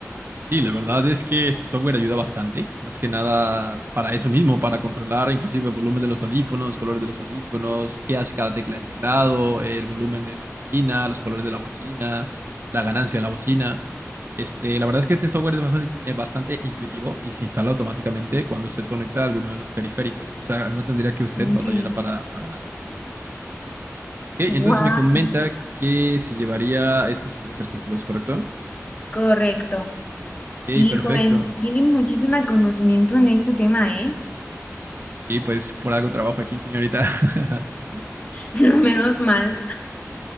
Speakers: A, on the right (about 45°); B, on the left (about 30°).
A: Sí, la verdad es que ese software ayuda bastante, más que nada para eso mismo, para controlar inclusive el volumen de los audífonos, colores de los audífonos, qué hace cada tecla de teclado, el volumen de la bocina, los colores de la bocina, la ganancia de la bocina. Este, la verdad es que este software es bastante, eh, bastante intuitivo y se instala automáticamente cuando usted conecta alguno de los periféricos, o sea, no tendría que usted
B: Ok.
A: batallar para, para nada. Ok, entonces
B: Wow,
A: me comenta que se llevaría estos tres artículos, ¿correcto?
B: correcto. Sí,
A: Ok, perfecto.
B: joven, tiene muchísimo conocimiento en este tema, ¿eh? <laughs>
A: Sí, pues por algo trabajo aquí, señorita. <laughs>
B: No, menos mal.